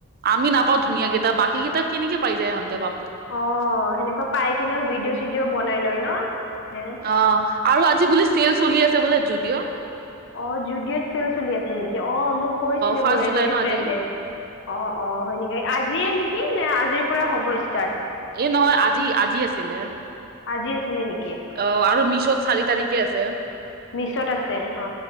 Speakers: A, on the right (about 45°); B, on the left (about 60°).
A: আমি নাপাওঁ ধুনীয়াকেইটা বাকীকেইটাক কেনেকে পাই যায় সিহঁতে পা
B: অ, সেনেকুৱা পাই কিনেও ভিডিঅ' - চিডিঅও বনাই লয় ন, <unintelligible>
A: অ আৰু আজি বুলি চেল চলি আছে বোলে যুডিঅ'।
B: অ জুদিঅত চেল চলি আছে নেকি? অ মোক কৈছিলে
A: ফাৰ্ষ্ট
B: মোৰ
A: জুলাই
B: এজনী
A: ন আজি
B: ফ্ৰেণ্ডে। অ অ হয় নেকি? আজিয়ে নেকি নে আজিৰ পৰা হ'ব ষ্টাৰ্ট?
A: এ নহয়, আজি আজি আছিলে।
B: আজি আছিলে নেকি
A: অ আৰু মিছত চাৰি তাৰিখে আছে।
B: মিছত আছে অ,